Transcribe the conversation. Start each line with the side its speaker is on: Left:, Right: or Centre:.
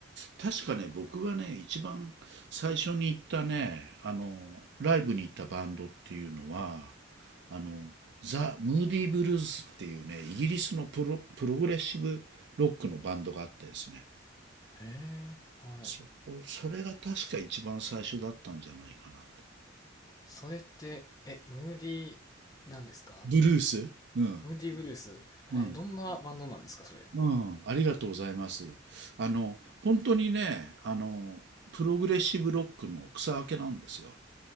Right: 確かね、僕がね、一番最初に行ったね、あの、ライブに行ったバンドっていうのは、あの、ザ・ムーディー・ブルースっていうね、イギリスのプロ、プログレッシブロックのバンドがあってですね、
Left: へえ、はい。
Right: そそれが確か一番最初だったんじゃないかなと。
Left: それって、え、ムーディー、なんですか
Right: ブルースうん。
Left: ムーディーブルースえどんなバンドなんですかそれ。
Right: うん。
Left: へ
Right: うん。ありがとうございます。あの、本当にね、あの、プログレッシブロックの草分けなんですよ。